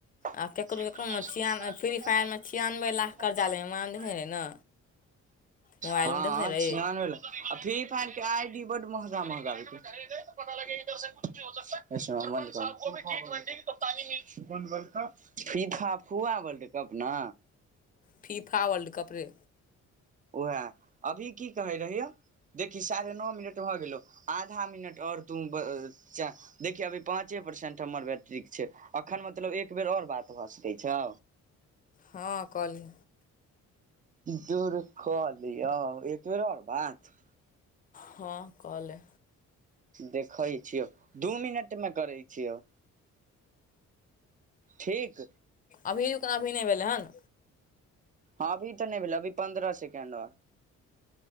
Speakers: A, on the right; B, on the left.
A: <unintelligible>
B: आब केकरो केकरो मे छियान फ्री फायर मे छियानबे लाख कर्जा लै माम देखने रहे ने मोबाइल
A: हँ
B: मे देखने रही
A: छियानवे भेल आ <unintelligible> आइडी बड्ड महगा महगा होइ छै पता लगे इधर से कुछ भ हो सकी कानी म फिफा फुआ बर्ल्ड कप ना
B: फीफा वर्ल्ड कप रे
A: उएह अभी की कहै रहियौ देखि साढ़े नओ मिनट भऽ गेलौ आधा मिनट आओर तू देखिहि अभी पाँचे परसेंट हमर बैटरीक छै अखन मतलब एक बेर आओर बात भऽ सकै छौ
B: हँ कहली
A: दुर कऽलिऔ एकबेर और बात
B: हँ कऽले
A: देखैइ छियौ दू मिनटमे करै छियौ ठीक
B: अभीकना अभी नइ भेलै हन
A: अभी तऽ नहि भेल अभी पन्द्रह सेकेंड औ